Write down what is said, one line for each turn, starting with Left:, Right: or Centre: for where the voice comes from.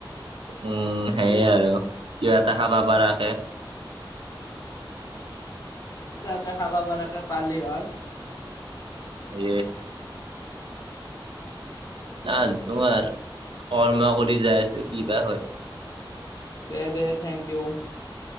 Right: উম সেইয়ে আৰু কিবা এটা খাবা পৰাকে
Left: তাকে খাবা বকে পালি হ
Right: এ আজ তোমাৰ কৰ্মা কৰি যাই আছো কি বাা হয়
Left: দে দে থেংক ইউ